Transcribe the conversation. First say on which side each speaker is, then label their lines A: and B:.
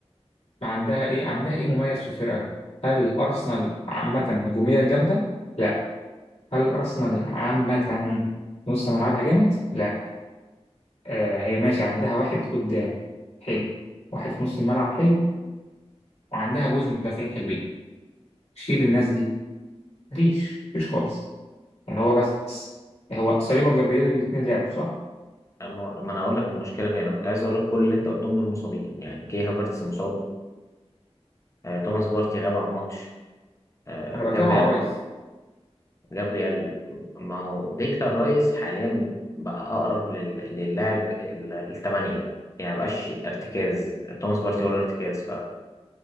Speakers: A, on the left; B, on the left.
A: عندها إيه عندها إيه مميز في الفرقة؟ هل أرسنال عامة هجوميا جامدة؟ لا هل أرسنال عامة نص ملعبها جامد؟ لا آه هي ماشي عندها واحد قدام حلو واحد في نص الملعب حلو وعندها جوز مدافعين حلوين شيل الناس دي مفيش مفيش خالص يعني هو بس هو صليبا وجبريل الاتنين لعبوا صح؟
B: أما- ما انا هقول لك المشكله فين انا كنت عايز اقول لك كل اللي انت قلتهم دول مصابين يعني كي هافرتس مصاب آه، توماس بارتي غاب عن ماتش آه،
A: أنا
B: جابريال
A: بتكلم على رايس
B: جابريال ما هو ديكلان رايس حاليا بقى اقرب لل... للاعب ال- الثمانيه يعني مبقاش ارتكاز توماس بارتي ولا ارتكاز